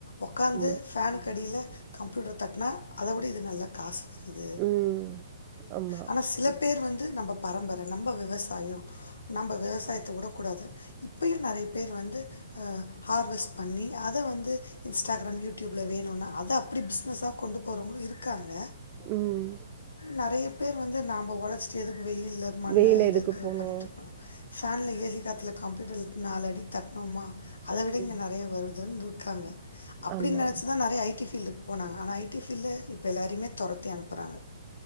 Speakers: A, on the left; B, on the right.
A: ஒக்காந்து
B: ஆமா
A: ஃபேனுக்கடியில கம்ப்யூட்டர் தட்டினா அத உட இது நல்ல காசு வருது
B: ம் ஆமா
A: ஆனா சில பேர் வந்து நம்ம பரம்பர நம்ம விவசாயோ நம்ப விவசாயத்த உட கூடாது இப்பயு நறைய பேர் வந்து ஆ ஹார்வஸ் பண்ணி அத வந்து இன்ஸ்டாகிராம் யூடியூபில வேணுனா அத அப்பிடி பிஸ்னஸா கொண்டு போறவங்களு இருக்காங்க
B: ம்
A: நறைய பேர் வந்து நாம உழைச்சிட்டு எதுக்கு வெயில்ல மண்ண
B: வெயில
A: இதுக்கு
B: எதுக்கு போனு
A: பண்ணிட்டு இருக்கணு ஃபேன்ல ஏசி காத்துல கம்ப்யூட்டர்ல நாலு அடி தட்னோமா அத விட இங்க
B: ம்
A: நறையா வருதுன்னு இருக்காங்க அப்டின்னு
B: ஆமா
A: நெனச்சி தா நறைய ஐ டி ஃபீல்டு போனாங்க ஆனா ஐ டி ஃபீல்ட்ல இப்ப எல்லாரயுமே தொரத்தி அனுப்புறாங்க